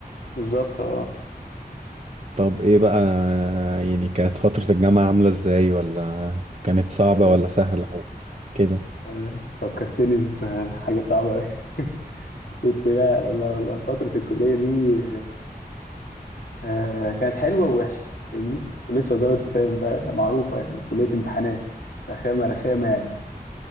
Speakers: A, on the left (about 80°); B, on the right (about 45°).
A: بالظبط اه
B: طب ايه بقى يعني كانت فترة الجامعة عاملة ازاي ولا كانت صعبة
A: يا-
B: ولا سهلة او كده
A: آه، فكرتني بحاجه صعبه قوي <laughs> بس لا لا لا، فتره الكليه دي آه، كانت حلوه ووحشه فاهمني ولسه دارت تفاهم بقى معروفه يعني كليه امتحانات رخامه رخامه يعني